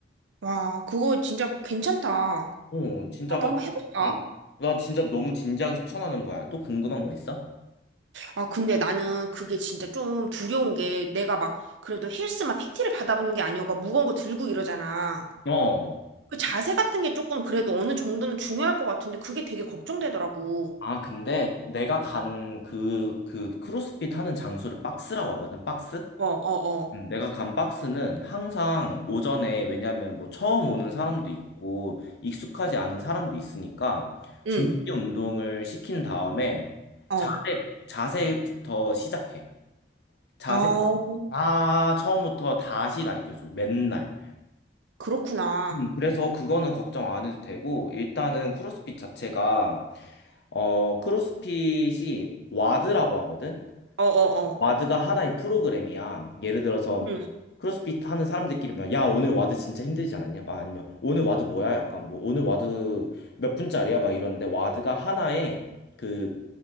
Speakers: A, on the right; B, on the left.
A: 와, 그거 진짜 괜찮다.
B: 어 진짜
A: 나도
B: 막,
A: 한번 해볼까?
B: 응. 나 진짜 너무 진지하게 추천하는 거야. 또 궁금한 거 있어?
A: 아, 근데 나는 그게 진짜 좀 두려운 게 내가 막 그래도 헬스만 PT를 받아보는 게 아니어가 무거운 거 들고 이러잖아.
B: 어.
A: 그 자세 같은 게 조금 그래도 어느 정도는 중요할 것 같은데 그게 되게 걱정되더라고.
B: 아, 근데 내가 간 그, 그 크로스핏 하는 장소를 박스라고 하거든, 박스?
A: 어, 어, 어.
B: 음. 내가 간 박스는 항상 오전에, 왜냐면 뭐 처음 오는 사람도 있고, 익숙하지 않은 사람도 있으니까, 준비
A: 응.
B: 운동을 시킨 다음에,
A: 어.
B: 자세, 자세부터 시작해. 자세
A: 어.
B: 다 처음부터 다시 가르쳐줘. 맨날.
A: 그렇구나.
B: 음, 그래서 그거는 걱정 안 해도 되고, 일단은 크로스핏 자체가, 어, 크로스핏이 와드라고 하거든?
A: 어, 어, 어.
B: 와드가 하나의 프로그램이야. 예를 들어서,
A: 응.
B: 크로스핏 하는 사람들끼리 막, 야, 오늘 와드 진짜 힘들지 않았냐? 막 아니면, 오늘 와드 뭐야? 약간 뭐, 오늘 와드 몇 분짜리야? 막 이러는데, 와드가 하나의 그,